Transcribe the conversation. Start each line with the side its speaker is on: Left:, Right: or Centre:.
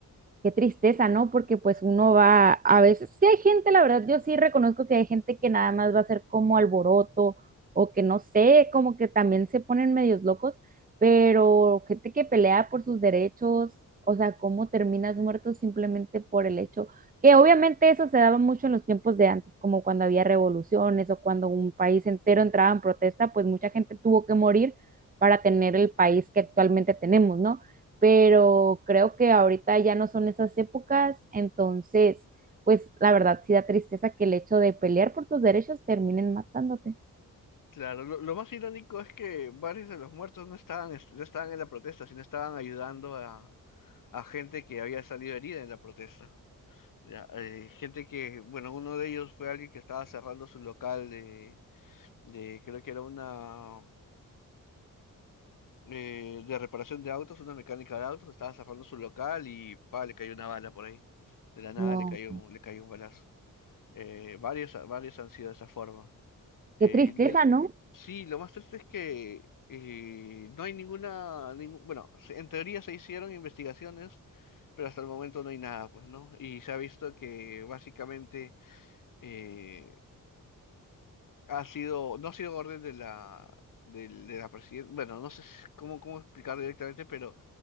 Right: qué tristeza, ¿no? Porque pues uno va a veces, sí hay gente, la verdad, yo sí reconozco que hay gente que nada más va a ser como alboroto o que no sé, como que también se ponen medios locos, pero gente que pelea por sus derechos, o sea, cómo terminas muerto simplemente por el hecho que obviamente eso se daba mucho en los tiempos de antes, como cuando había revoluciones o cuando un país entero entraba en protesta, pues mucha gente tuvo que morir para tener el país que actualmente tenemos, ¿no? pero creo que ahorita ya no son esas épocas, entonces, pues la verdad sí da tristeza que el hecho de pelear por tus derechos terminen matándote.
Left: Claro, lo, lo más irónico es que varios de los muertos no estaban, est- no estaban en la protesta, sino estaban ayudando a, a gente que había salido herida en la protesta. Ya, eh, gente que, bueno, uno de ellos fue alguien que estaba cerrando su local de, de creo que era una, eh, de reparación de autos, una mecánica de autos, estaba cerrando su local y, pa, le cayó una bala por ahí. De la nada
Right: No,
Left: le cayó, un- le cayó un balazo. Eh, varios, varios han sido de esa forma. Eh,
Right: qué tristeza,
Left: y-
Right: ¿no?
Left: sí, lo más triste es que eh, no hay ninguna, ningún, bueno, se- en teoría se hicieron investigaciones, pero hasta el momento no hay nada, pues, ¿no? Y se ha visto que básicamente eh, ha sido, no ha sido orden de la, del- de, la presidenta, bueno, no sé si- cómo, cómo explicar directamente, pero